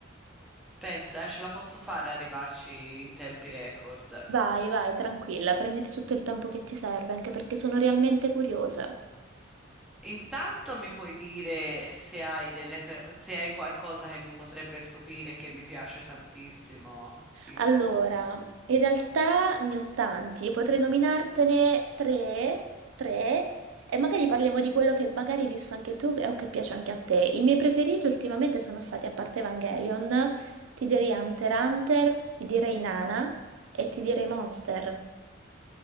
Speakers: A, in the centre; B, on the right (about 85°).
A: Aspetta, eh, ce la posso fare ad arrivarci in tempi record.
B: vai, vai, tranquilla, prenditi tutto il tempo che ti serve, anche perché sono realmente curiosa.
A: Intanto mi puoi dire se hai delle pe- se hai qualcosa che mi potrebbe stupire e che mi piace tantissimo, tipo...
B: Allora, in realtà ne ho tanti, potrei nominartene tre, tre, e magari parliamo di quello che magari hai visto anche tu e- o che piace anche a te. I miei preferiti ultimamente sono stati, a parte Evangelion, ti direi Hunter x Hunter, ti direi Nana e ti direi Monster.